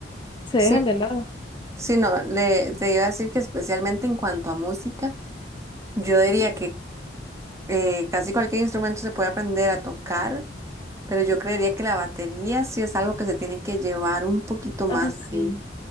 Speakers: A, on the left (about 25°); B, on the right (about 15°).
A: se
B: Sí,
A: dejan de lado.
B: sí, no, le, te iba a decir que especialmente en cuanto a música, yo diría que eh, casi cualquier instrumento se puede aprender a tocar, pero yo creería que la batería sí es algo que se tiene que llevar un poquito más.
A: Ah, sí,
B: sí.